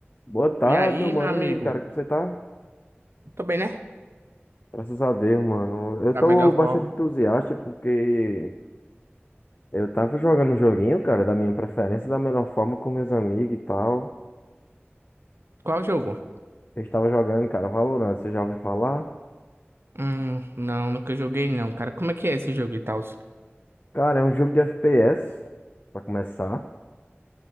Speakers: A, on the left (about 45°); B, on the right (about 65°).
A: Boa tarde,
B: E aí,
A: meu mano.
B: meu amigo?
A: E aí, cara, como você tá?
B: Tô bem, né?
A: Graças a Deus, mano. Eu
B: Da
A: tô
B: melhor
A: bastante
B: forma.
A: entusiasta porque eu tava jogando um joguinho, cara, da minha preferência, da melhor forma com meus amigos e tal.
B: Qual jogo?
A: Eu estava jogando, cara, Valorant, você já ouviu falar?
B: Hum, não, nunca joguei não, cara. Como é que é esse jogo e tal?
A: Cara, é um jogo de FPS, pra começar.